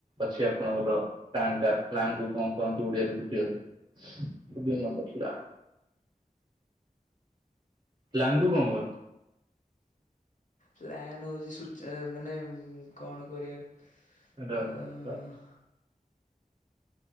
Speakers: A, on the right; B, on the left.
A: ଅଛି ଆପଣଙ୍କର ପ୍ଲାଣ୍ଟ୍ ଟା ତାଙ୍କୁ କଣ କହନ୍ତି ଓଡିଆ ରେ ଭୁଲିଗଲି, କିନ୍ତୁ ମନେ ରଖିବା। ଲାନଙ୍କୁୁ କଣ
B: ପ୍ଲାନ ହଉଛି ସୁ--ମାନେ କଣ କରିବା।
A: କହନ୍ତି?
B: ଆ୍